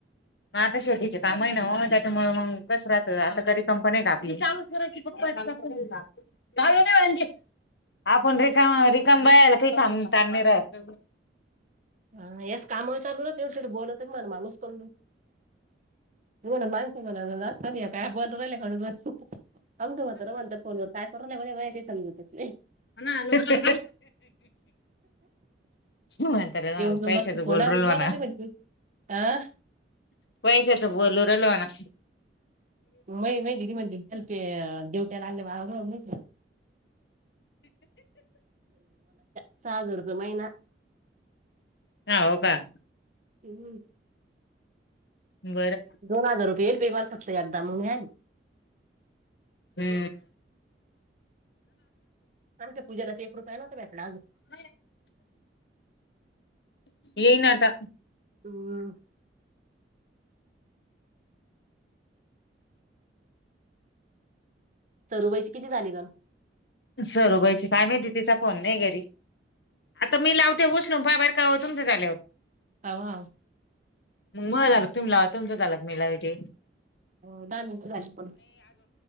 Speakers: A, on the left; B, on the right.
A: मग आता शेतीचे काम आहे ना, त्याच्यामुळे मग कस राहत आता करी कंपनी आहे का आपली, <unintelligible> आपण रिकाम रिकाम बयाला काही काम तणे राहत,
B: हा यास काम चालू रा तेवढीव बोलत मला माणूस को, तु म माणस <unintelligible> आमग होत म्ह फोनवर काय कररा नाही, बा काही समजूतच
A: अहं अहं हम्म म्हण. जा
B: येऊन पण
A: पैसे
B: बसती
A: तर
B: फोनावरच
A: गोल रोलवाना
B: बोलाते म्हणते आ
A: पैसे त बोलो रलवा न
B: मई मा दिदी म्हणजलप देवट्याला लागले बा सहा रुपये महिना.
A: हा हो का.
B: हम्म.
A: बरं
B: दोन हजार रुपये येईल बेमाल कसला एकदा म्हून ह
A: हम्म.
B: आमच्या पूजाला एक रूपया नव्हता भेटला.
A: <unintelligible> येई ना आता.
B: हम सरुबाईची किती झाली ग,
A: सरूबाईची कामेती तिचा पण नाही घ, आता मी लावते उचलो बा बर काय होतुम ते आले हो,
B: हवा
A: मग मग झाल तुम्ही लाव तुमचं झाल मीला विथे,
B: हो दनी दणी पण